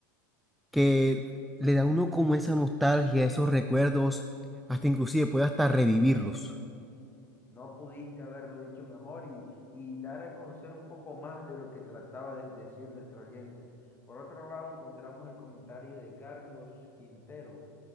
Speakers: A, in the centre; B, on the left.
A: que le da a uno como esa nostalgia, esos recuerdos, hasta inclusive puede hasta revivirlos.
B: No pudiste haberlo dicho mejor y, y dar a conocer un poco más de lo que trataba de decir nuestro oyente. Por otro lado, encontramos el comentario de Carlos Quintero.